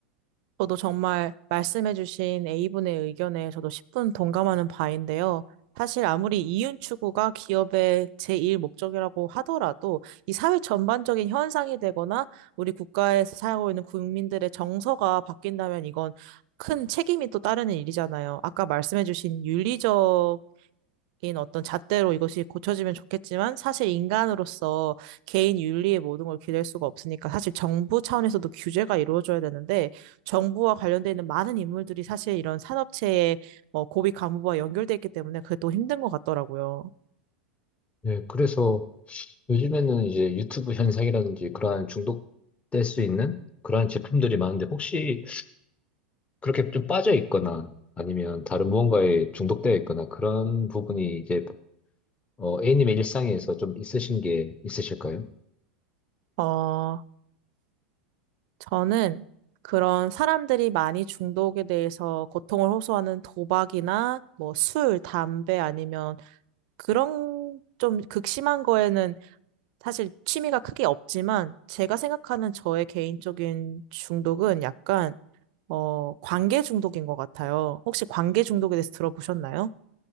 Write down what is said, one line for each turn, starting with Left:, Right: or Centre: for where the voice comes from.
Right: 저도 정말 말씀해주신 A분의 의견에 저도 10분 동감하는 바인데요. 사실 아무리 이윤 추구가 기업의 제1 목적이라고 하더라도 이 사회 전반적인 현상이 되거나 우리 국가에서 살고 있는 국민들의 정서가 바뀐다면 이건 큰 책임이 또 따르는 일이잖아요. 아까 말씀해주신 윤리적 인 어떤 잣대로 이것이 고쳐지면 좋겠지만 사실 인간으로서 개인 윤리의 모든 걸 기댈 수가 없으니까 사실 정부 차원에서도 규제가 이루어져야 되는데 정부와 관련돼 있는 많은 인물들이 사실 이런 산업체의 어, 고위 간부와 연결돼 있기 때문에 그게 또 힘든 것 같더라고요.
Left: 네, 그래서 요즘에는 이제 유튜브 현상이라든지 그러한 중독될 수 있는 그러한 제품들이 많은데 혹시 그렇게 좀 빠져 있거나 아니면 다른 무언가에 중독되어 있거나 그런 부분이 이제 어, A님의 일상에서 좀 있으신 게 있으실까요?
Right: 어, 저는 그런 사람들이 많이 중독에 대해서 고통을 호소하는 도박이나 뭐 술, 담배 아니면 그런 좀 극심한 거에는 사실 취미가 크게 없지만 제가 생각하는 저의 개인적인 중독은 약간 어 관계 중독인 것 같아요. 혹시 관계 중독에 대해서 들어보셨나요?